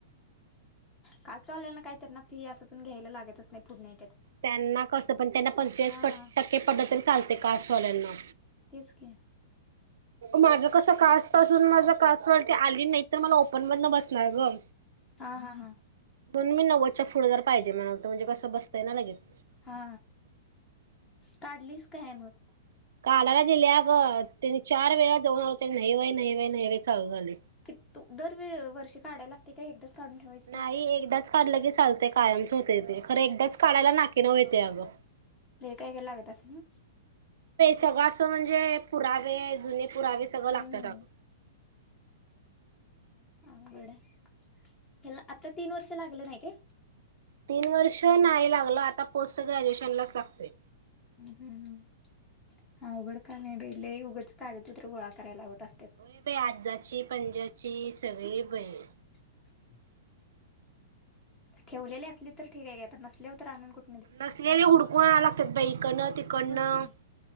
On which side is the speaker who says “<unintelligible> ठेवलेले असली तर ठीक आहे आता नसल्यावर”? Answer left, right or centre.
Left